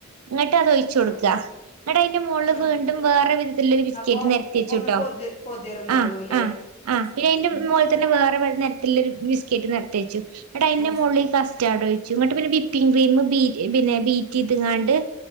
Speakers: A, on the right (about 80°); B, on the left (about 30°).
A: എന്നട്ട് അതൊഴിച്ചു കൊടുക്ക
B: ആ ആ
A: എടാ അതിന്റെ മുകളില്
B: ആ
A: വീണ്ടും വേറെ വിധത്തിലുള്ള ഒരു ബിസ്ക്കറ്റ്
B: അപ്പൊ
A: നിരത്തി
B: ഒന്ന്
A: വെച്ട്ടോ
B: പൊതി പൊതിർന്നോളൂ
A: ആഹ്
B: അല്ലേ
A: ആ ആഹ്
B: ബിസ്ക്കറ്റ്
A: പിന്നെ അയിന്റെ
B: ഉം
A: മോള തന്നെ വേറെ ബണ് ഒരു ബിസ്കറ്റ് നിർത്തി വച്ചു എന്നട്ട് അതിന്റെ
B: ഉം
A: മോള് കസ്റ്റാർഡ് ഒഴിച്ചു ഇങ്ങട്ട് പിന്നെ വിപ്പിംഗ് ക്രീം ബീ പിന്നെ ബീറ്റ് എയ്ത്ങ്ങാണ്ട്